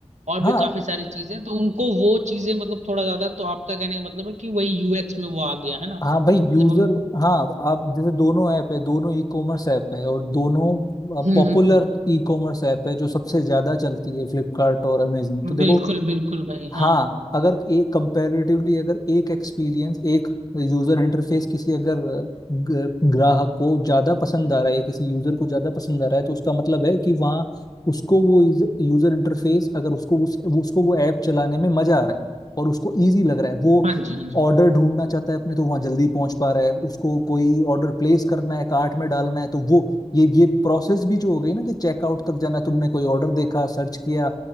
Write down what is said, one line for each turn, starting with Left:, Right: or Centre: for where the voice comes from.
Right: और
Left: हाँ
Right: भी काफी सारी चीजें तो उनको वो चीजें मतलब थोड़ा ज्यादा तो आपका कहने का मतलब है कि वही यूएक्स में वो आ गया है ना
Left: हाँ भाई यूजर
Right: मतलब हम
Left: हाँ आप जैसे दोनों ऐप है दोनों ई कॉमर्स ऐप है और दोनों
Right: हम्म
Left: पॉपुलर
Right: हम्म
Left: ई कॉमर्स ऐप है जो सबसे ज्यादा चलती है फ्लिपकार्ट और अमेजन तो
Right: हम्म,
Left: देखो
Right: बिल्कुल बिल्कुल भाई
Left: हाँ
Right: हाँ
Left: अगर एक कंपैरेटिवली अगर एक एक्सपीरियंस एक यूजर इंटरफेस किसी अगर अ, ग- ग्राहक को ज्यादा पसंद आ रहा है या किसी यूजर को ज्यादा पसंद आ रहा है तो उसका मतलब है कि वहाँ उसको वो यूजर इंटरफेस अगर उसको उस, उसको वो ऐप चलाने में मजा आ रहा है और उसको इजी लग रहा है वो
Right: हाँ जी हाँ जी
Left: ऑर्डर ढूंढना चाहता है अपने तो वहाँ जल्दी पहुंच पा रहा है उसको कोई ऑर्डर प्लेस करना है कार्ट में डालना है तो वो ये ये प्रोसेस भी जो हो गई ना कि चेकआउट तक जाना तुमने कोई ऑर्डर देखा सर्च किया